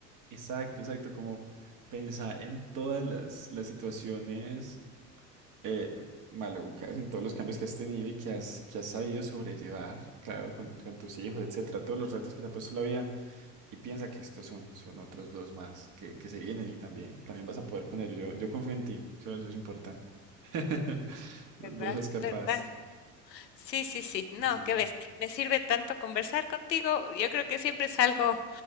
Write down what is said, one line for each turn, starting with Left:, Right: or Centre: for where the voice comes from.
Right: Exacto, exacto, como pensar en todas las, las situaciones eh, malucas, en todos los cambios que has tenido y que has, que has sabido sobrellevar, claro, con, con tus hijos, etcétera, todos los retos que te ha puesto la vida y piensa que estos son, son otros dos más que, que se vienen y también, también vas a poder con ellos. Yo, yo confío en ti, eso, eso es importante. <laughs>
Left: ¿Verdad?
Right: Vos sos capaz.
Left: ¿Verdad? Sí, sí, sí. No,
Right: Sí.
Left: qué bestia. Me sirve tanto conversar contigo. Yo creo que siempre salgo